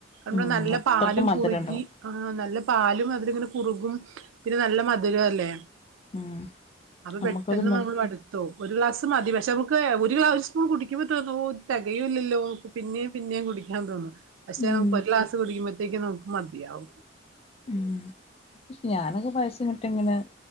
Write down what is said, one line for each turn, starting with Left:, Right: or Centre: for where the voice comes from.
Right: നമ്മള്
Left: ഉം
Right: നല്ല
Left: അത്രക്ക്
Right: പാലും
Left: മധുരണ്ടാവും
Right: കുറുകി ആഹ് നല്ല പാലും അതിലങ്ങനെ കുറുകും പിന്നെ നല്ല മധുരവുമല്ലേ
Left: ഉം
Right: അപ്പൊ
Left: നമ്മക്കത്
Right: പെട്ടെന്ന്
Left: മതി
Right: നമ്മൾ മടു ത്ത് പോവും ഒരു ഗ്ലാസ് മതി പക്ഷെ നമുക്ക് ഒരു ഗാസൊന്നും കുടിക്കുമ്പോ തോന്നും ഓ തെകയൂല്ലല്ലോ പിന്നെയും പിന്നേയും കുടിക്കാൻ തോന്നും പക്ഷെ
Left: ഉം
Right: നമുക്ക് ഒരു ക്ലാസ് കുടിക്കുമ്പോത്തേക്കും നമുക്ക് മതിയാവും
Left: ഉം ഞാനൊക്കെ പായസം കിട്ടിയ ഇങ്ങനെ